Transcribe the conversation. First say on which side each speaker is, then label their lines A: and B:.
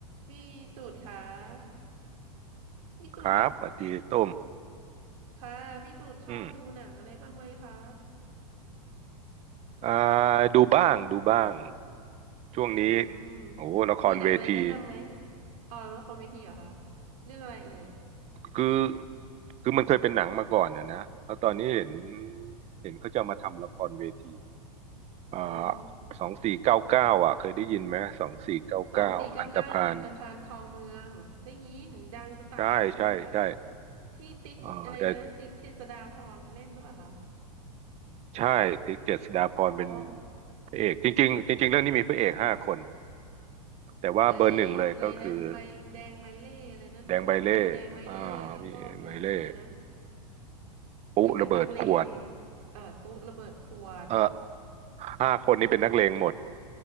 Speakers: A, on the right; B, on the right.
A: พี่สุดคะพี่สุด
B: ครับสวัสดีต้ม
A: คะพี่สุดชอบดูหนังอะไรบ้างไหมคะ
B: อืมอ่าดูบ้างดูบ้างช่วงนี้
A: อืม
B: โอ้โหละครเวที
A: มีหนังอะไรแนะนำไหมอ๋อละครเวทีเหรอคะเรื่องอะไรเอ่ย
B: คือคือมันเคยเป็นหนังมาก่อนนะนะแล้วตอนนี้เห็นเห็นเขาจะเอามาทำละครเวทีอ่าสองสี่เก้าเก้าอ่ะเคยได้ยินไหมสองสี่เก้าเก้าอันตพาล
A: อ๋อสองสี่เก้าเก้าอันธพาลคลองเมืองได้ยินดังจะตายตอนนั้นน่ะ
B: ใช่ใช่ใช่
A: ที่ติ๊กอะไรนะติ๊กเจษฎาพรเล่นหรือเปล่าคะ
B: เออแต่ใช่ติ๊กเจษฎาพรเป็น
A: อ๋อ
B: พระเอกจริงๆจริงๆเรื่องนี้มีพระเอกห้าคนแต่ว่าเบอร์หนึ่งเลยก็คือ
A: ไออะไรนะใบแดงใบเล่อะไรนั่นไหมคะมีแดงใบเล่แล้วก็มีอะไรนะ
B: แดงใบเล่อ่ามีใบเล่ ปุ๊ระเบิดขวด
A: ที่เป็นนักเลงเอ่อปุ๊ระเบิดขวด
B: เออห้าคนนี้เป็นนักเลงหมด